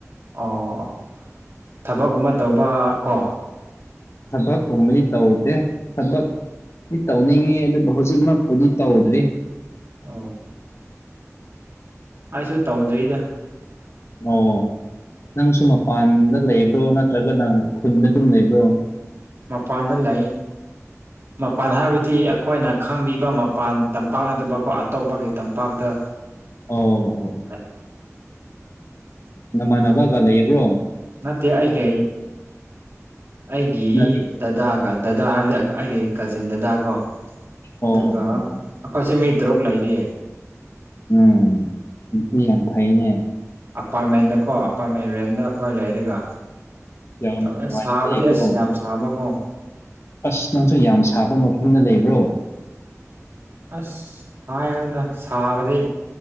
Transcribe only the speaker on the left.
ꯊꯕꯛꯨꯝꯕꯅꯤ ꯇꯧꯗꯦ ꯊꯕꯛ ꯇꯧꯅꯤꯡꯉꯤ ꯑꯗꯨꯗ ꯍꯧꯖꯤꯛꯃꯛꯄꯨꯗꯤ ꯇꯧꯗ꯭ꯔꯤ
ꯑꯣ ꯅꯪꯁꯨ ꯃꯄꯥꯟꯗ ꯂꯩꯕ꯭ꯔꯣ ꯅꯠꯇ꯭ꯔꯒ ꯅꯪ ꯈꯨꯟꯗ ꯑꯗꯨꯝ ꯂꯩꯕ꯭ꯔꯣ
ꯑꯧ
ꯅꯃꯥꯟꯅꯕꯒ
ꯂꯩꯕ꯭ꯔꯣ
ꯅꯠ
ꯑꯣ
ꯑꯣ ꯑꯣ
ꯎꯝ ꯏ ꯌꯥꯝ ꯐꯩꯅꯦ
ꯌꯥꯝ
ꯅꯨꯡꯉꯥꯏꯅ
ꯂꯩꯌꯦꯀꯣ
ꯑꯁ ꯅꯪꯁꯨ ꯌꯥꯝ ꯁꯥꯕ ꯃꯐꯝꯗ ꯂꯩꯕ꯭ꯔꯣ